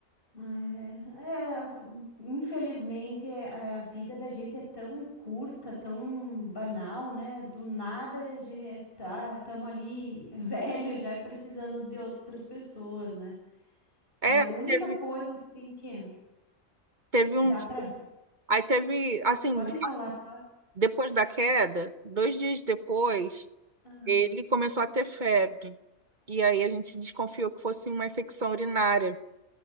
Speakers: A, on the left; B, on the right.
A: É, é, infelizmente é, a vida da gente é tão curta, tão banal, né? Do nada a gente tá, estamos ali <laughs> velho já e precisando de outras pessoas, né?
B: É,
A: É a única
B: teve.
A: coisa assim que
B: Teve
A: que
B: um
A: dá para
B: Aí teve, assim,
A: pode falar. pode-
B: depois da queda, dois dias depois,
A: Ah,
B: ele começou a ter febre. E aí a gente desconfiou que fosse uma infecção urinária.